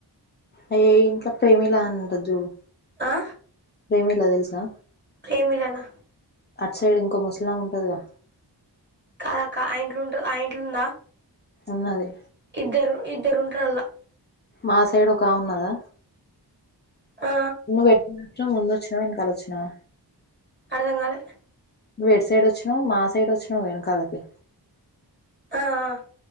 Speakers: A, on the left; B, on the right.
A: అయ ఆ ఇంట్లో ప్రేమిల అనుంటద్ చూడు
B: ఆ
A: ప్రేమిలా తెల్సా
B: ప్రేమిల నా
A: అట్ సైడ్ ఇంకో ముసలామే ఉంటదిగా
B: కాదక్కా ఆ ఇంట్లుంట ఆ ఇంట్లుందా
A: ఉన్నది
B: ఇద్దరు ఇద్దరూంట్రల్ల
A: మా సైడ్ ఒకామె ఉన్నదా
B: ఆ
A: నువ్వు ఎట్ల ఒచ్చావ్ ముందొచ్చినావ ఎనకాలొచ్చినవ
B: అర్థం కాలే
A: నువు ఎట్ సైడ్ వచ్చినావు మా సైడ్ వచ్చినావ్ వెనకాలకి
B: ఆఆ